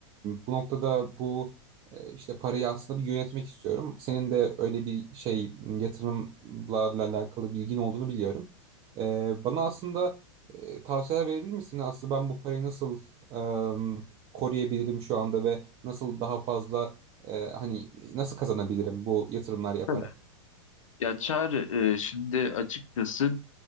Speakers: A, on the right; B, on the left.
A: bu noktada bu e, işte parayı aslında bir yönetmek istiyorum. Senin de öyle bir şey yatırımlarla alakalı bilgin olduğunu biliyorum. E, bana aslında e, tavsiyeler verebilir misin? Aslında ben bu parayı nasıl e, koruyabilirim şu anda ve Nasıl daha fazla e, hani nasıl kazanabilirim bu yatırımlar yaparak?
B: Tabii. Ya Çağrı, e, şimdi açıkçası